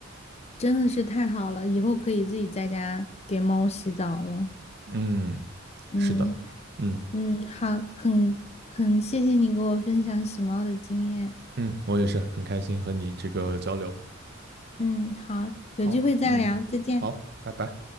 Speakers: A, on the left; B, on the right.
A: 真的是太好了，以后可以自己在家给猫洗澡了。
B: 嗯，
A: 嗯。
B: 是的，嗯
A: 嗯，好，很很谢谢你给我分享洗猫的经验。
B: 嗯，我也是很开心和你这个交流。
A: 嗯，好，
B: 好，
A: 有机会再聊，
B: 嗯，
A: 再见。
B: 好，拜拜。